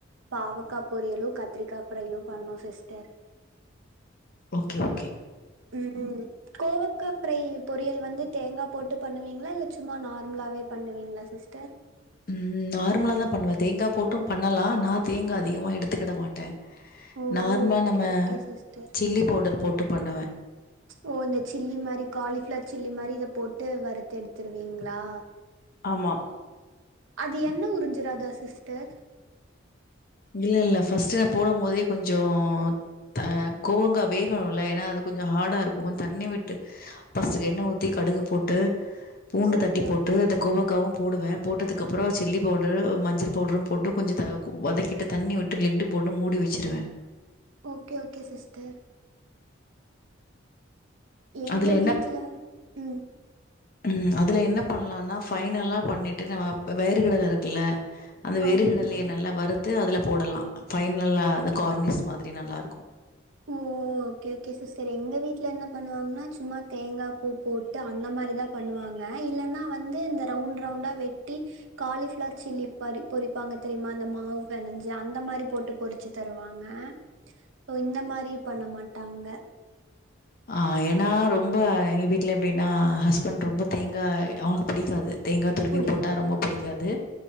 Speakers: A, on the right; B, on the left.
A: பாவக்கா பொரியலு கத்திரிக்கா ஃப்ரையு பண்ணோ சிஸ்டர்
B: ஓகே ஓகே
A: ம் கோவக்கா ஃப்ரை பொரியல் வந்து தேங்கா போட்டு பண்ணுவீங்களா இல்ல சும்மா நார்மலாவே பண்ணுவீங்ளா சிஸ்டர்
B: ம் நார்மலா தா பண்ணுவ தேங்கா போட்டு பண்ணலா நா தேங்கா அதிகமா எடுத்துக்கிட மாட்ட
A: ஓ
B: நார்மா
A: ஓகே
B: நம்ம
A: ஓகே சிஸ்டர்
B: சில்லி பவ்டர் போட்டு பண்ணுவ
A: ஓ இந்த சில்லி மாரி காலிஃப்ளார் சில்லி மாரி இத போட்டு வறுத்து எடுத்துருவீங்ளா
B: ஆமா
A: அது எண்ண உரிஞ்சிராதா சிஸ்டர்
B: இல்ல இல்ல ஃபர்ஸ்ட் போடம்போதே கொஞ்சோ ஆ கோவங்கா வேகணும்ல ஏன்னா அது கொஞ்சோ ஹார்டா இருக்கும் தண்ணி விட்டு ஃபஸ்ட்டு எண்ண ஊத்தி கடுகு போட்டு பூண்டு
A: ஓகே
B: தட்டி
A: ஓ
B: போட்டு அந்த கோவ காவு போடுவ போட்டதுக்கு அப்றோ சில்லி பவுடர் மஞ்ச பவுட்ரு போட்டு கொஞ்சத வதக் கிட்ட தண்ணி விட்டு லிட்டு போட்டு மூடி வெச்சுருவ
A: ஓகே ஓகே சிஸ்டர் எங்க
B: அதுல
A: வீட்ல
B: என்ன
A: ம்
B: ம் அதுல என்ன பண்ணலானா ஃபைனலா பண்ணிட்டு நம்ம வேறுகடல இருக்குல அந்த வேறுகடலய
A: ஆமா ஆமா
B: நல்லா வறுத்து அதுல போடலா ஃபைனல்லா அந்த கார்னிஸ் மாதிரி நல்லாருக்கும்
A: ஓ ஓகே ஓகே சிஸ்டர் எங்க வீட்ல என்ன பண்ணுவாங்கன்னா சும்மா தேங்கா பூ போட்டு அந்த மாரிதா பண்ணுவாங்க இல்லன்னா வந்து இந்த ரவுண்ட் ரவுண்டா வெட்டி காலிஃபிளார் சில்லி பாரி பொறிப்பாங்க தெரியுமா அந்த மாவு பெனஞ்சு அந்த மாரி போட்டு பொறி ச்சு தருவாங்க சோ இந்த மாரி பண்ண மாட்டாங்க
B: ஆ ஏன்னா ரொம்ப எங்க வீட்ல எப்டின்னா ஹஸ்பண்ட் ரொம்ப தேங்காய் அவங்ளுக்கு பிடிக்காது தேங்கா துருவி
A: புடி
B: போட்டா ரொம்ப புடிக்காது